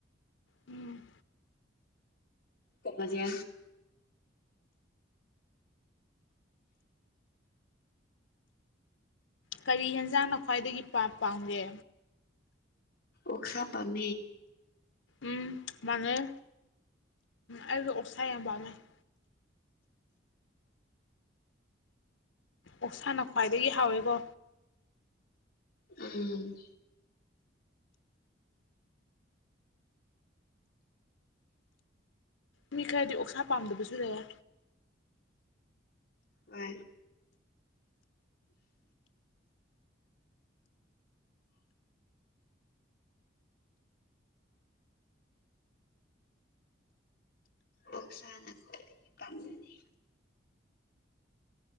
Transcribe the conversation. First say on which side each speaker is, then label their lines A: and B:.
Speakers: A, on the left (about 80°); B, on the left (about 55°).
A: ꯎꯝ
B: ꯀꯃꯗꯤ
A: ꯀꯔꯤ ꯍꯦꯟꯖꯥꯡꯅ ꯈ꯭ꯋꯥꯏꯗꯒꯤ ꯄꯥꯝꯒꯦ
B: ꯎꯁꯥ ꯄꯝ
A: ꯎ ꯃꯥꯟꯅꯩ ꯑꯩꯁꯨ ꯑꯣꯛꯁꯥ ꯌꯥꯝ ꯄꯥꯝꯃꯦꯩ <unintelligible> ꯑꯣꯁꯥꯅ ꯈ꯭ꯋꯥꯏꯗꯒꯤ ꯍꯥꯎꯋꯤꯀꯣ
B: ꯎꯝ
A: ꯃꯤ ꯈꯔꯗꯤ ꯑꯣꯛꯁꯥ ꯄꯥꯝꯗꯕꯁꯨ ꯂꯩꯦ
B: ꯍ ꯑꯣꯛꯁꯥꯅ ꯈ꯭ꯋꯥꯏꯗꯒꯤ ꯄꯥꯝꯖꯅꯤ